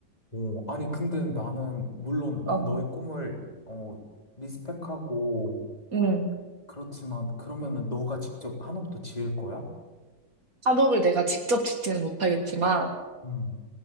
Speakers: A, on the left; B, on the right.
A: 어, 아니, 근데 나는, 물론
B: 어,
A: 난 너의 꿈을, 어, 리스펙하고,
B: 음.
A: 그렇지만, 그러면은 너가 직접 한옥도 지을 거야?
B: 한옥을 내가 직접 짓지는 못하겠지만,
A: 응.